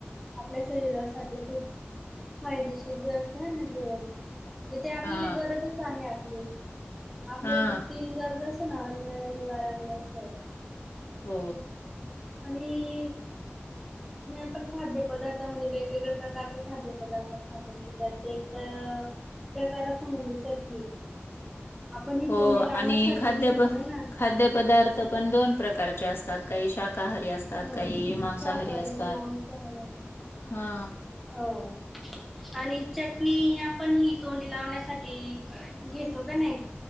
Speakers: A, in the centre; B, on the left.
A: आपल्या शरीरासाठी खूप हय दिशील वस्त आहे ना जेवणणजे ते आपल्याला
B: हा
A: गरजच आहे आपली आपलं
B: हा
A: तीन गरज असत ना अन्ननिवारण वस्त्र
B: हो
A: आणि आणि आपण खाद्य पदार्थामध्ये वेगवेगळ्या प्रकारचे खाद्य पदार्थ खात असतो त्यात एक प्रकार अस म्हणजे चटणी आपण ही
B: हो
A: तोंडी लावण्यासाठी
B: आणि खाद्य
A: घेतो ग ना
B: खाद्यपदार्थ पण दोन प्रकारचे असतात काही शा काहारी असतात
A: हो
B: काही मांसाहारी
A: शाकाहारी
B: असतात
A: मांसाहारी असतात.
B: हा
A: हो आणि चटणी आपण हि तोंडी लावण्यासाठी घेतो का नाही